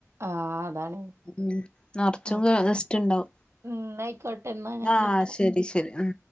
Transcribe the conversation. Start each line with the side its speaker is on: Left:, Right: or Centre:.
Right: ആ അതാണ്.
Left: ഉം നിറച്ചും
Right: ആ.
Left: ഗസ്റ്റ് ഉണ്ടാവും
Right: ഉം ന്നാ ആയിക്കോട്ടെ എന്നാ ഞാൻ
Left: ആഹ്
Right: വിളിക്കാം.
Left: ശരി ശരി ഉം